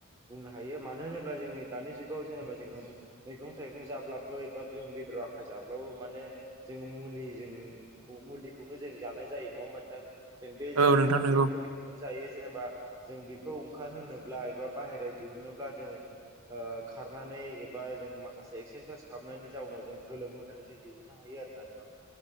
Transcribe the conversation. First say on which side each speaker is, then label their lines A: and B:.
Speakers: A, on the right (about 15°); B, on the right (about 80°).
A: बुंनो हायो मानो होनोब्ला जोङो दा दानि जुगाव जनेबा जोङो मैगं थायगं जाब्लाबो एबा जों बेदर आखाय जाब्लाबो माने जों मुलिजों मुलिखौनो जों जानाय जायो नङा होमबा नोंथां। जों बे
B: औ
A: जाय
B: नोंथां नंगौ
A: बे मुलि जायो जेनेबा जों बेखौ ओंखार होनोब्ला एबा बायहाराआव दिहुननोब्ला जोङो खारनानै एबा जों माखासे एक्सारसाइस खालामनायनि जाउनाव जों गोलोम होनानै जों दिहुननो हायो आरोना नोंथां।